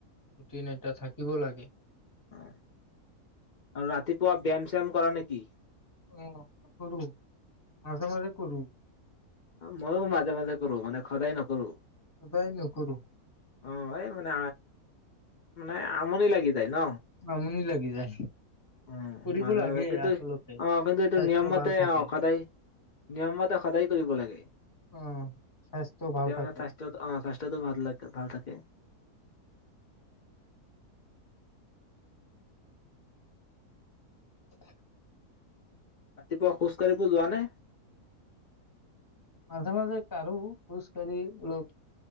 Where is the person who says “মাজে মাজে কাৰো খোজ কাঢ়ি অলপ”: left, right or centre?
Left